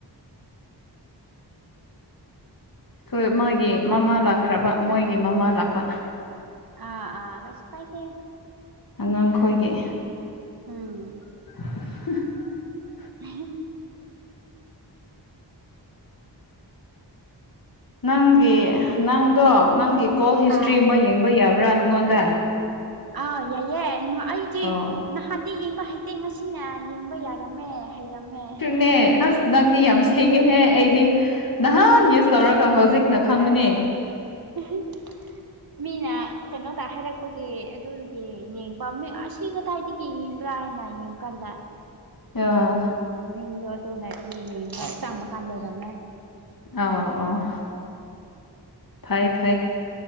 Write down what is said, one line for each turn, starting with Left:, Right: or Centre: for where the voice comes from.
Left: ꯊꯣꯏ ꯃꯥꯒꯤ ꯃꯃꯥ ꯂꯥꯛꯈ꯭ꯔꯕ ꯃꯣꯏꯒꯤ ꯃꯃꯥ ꯂꯥꯛꯄ
Right: ꯑꯥ ꯑꯥ ꯀꯩꯁꯨ ꯀꯥꯏꯗꯦ
Left: ꯑꯉꯥꯡꯈꯣꯏꯒꯤ
Right: ꯎꯝ
Left: <inaudible>
Right: <inaudible>
Left: ꯅꯪꯒꯤ ꯅꯪꯗꯣ ꯅꯪꯒꯤ ꯀꯣꯜ ꯍꯤꯁꯇ꯭ꯔꯤꯨꯝꯕ
Right: ꯑꯥ
Left: ꯌꯦꯡꯕ ꯌꯥꯕ꯭ꯔꯥ ꯅꯪꯉꯣꯟꯗ
Right: ꯑꯥ ꯌꯥꯏꯌꯦ ꯎꯝ ꯑꯩꯗꯤ
Left: ꯑꯣ
Right: ꯅꯍꯥꯟꯗꯤ ꯌꯦꯡꯕ ꯍꯩꯇꯦ ꯉꯁꯤꯅ ꯌꯦꯡꯕ ꯌꯥꯔꯝꯃꯦ ꯍꯩꯔꯝꯃꯦ
Left: ꯃꯦ ꯑꯥꯁ ꯅꯪꯗꯤ ꯌꯥꯝ ꯁꯦꯡꯉꯦꯍꯦ ꯑꯩꯗꯤ ꯅꯍꯥꯟ ꯌꯨꯁ ꯇꯧꯔꯒ ꯍꯧꯖꯤꯛꯅ ꯈꯪꯕꯅꯦ
Right: <inaudible> ꯃꯤꯅ ꯀꯩꯅꯣꯗ ꯍꯥꯏꯔꯛꯄꯒꯤ ꯑꯗꯨꯗꯨꯒꯤ ꯌꯦꯡꯕ ꯑꯁꯤꯒ ꯀꯥꯏꯗꯒꯤ ꯌꯦꯡꯕ꯭ꯔꯥ ꯍꯥꯏꯅ ꯌꯦꯡꯕ ꯀꯥꯟꯗ
Left: ꯑ
Right: ꯎꯝ ꯃꯤꯡꯗꯣ ꯑꯗꯨ ꯂꯩꯕꯒꯤ ꯌꯦꯡꯕ ꯆꯥꯡꯕ ꯀꯥꯟꯗ ꯂꯩꯔꯝꯃꯦ
Left: ꯑ ꯑꯣ ꯐꯩ ꯐꯩ